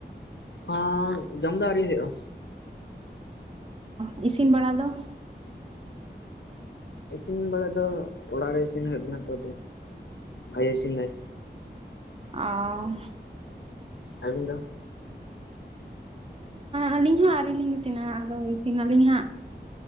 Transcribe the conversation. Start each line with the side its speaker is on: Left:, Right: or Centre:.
Left: ᱦᱚᱸ ᱡᱚᱢ ᱫᱚ ᱟᱹᱣᱨᱤ ᱦᱩᱭᱩᱜᱼᱟ᱾
Right: ᱚ ᱤᱥᱤᱱ ᱵᱟᱲᱟ ᱫᱚ?
Left: ᱤᱥᱤᱱ ᱵᱟᱲᱟ ᱫᱚ ᱚᱲᱟᱜ ᱨᱮ ᱤᱥᱤᱱ ᱦᱩᱭᱩᱜ ᱠᱟᱱᱟ ᱛᱚ ᱟᱭᱳ ᱤᱥᱤᱱ ᱫᱟᱭ
Right: ᱚ
Left: ᱟᱹᱵᱤᱱ ᱫᱚ?
Right: ᱟᱹᱞᱤᱧ ᱦᱚᱸ ᱟᱹᱣᱨᱤ ᱞᱤᱧ ᱤᱥᱤᱱᱟ ᱟᱫᱚ ᱤᱥᱤᱱᱟᱞᱤᱧ ᱦᱟᱸᱜ᱾